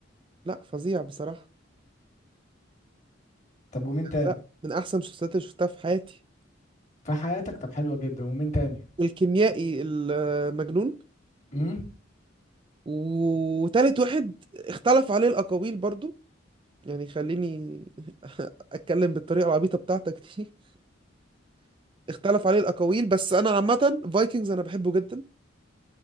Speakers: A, on the right; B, on the left.
A: لا فظيع بصراحة
B: طب ومين تاني
A: لا من احسن المسلسلات اللي شفتها في حياتي
B: في حياتك طب حلوة جدا ومين تاني
A: والكيميائي المجنون
B: امم
A: وتالت واحد اختلف عليه الاقاويل برضو يعني خليني <laughs> اتكلم بالطريقة العبيطة بتاعتك دي <laughs> اختلف عليه الاقاويل بس انا عامة فايكنجز انا بحبه جدا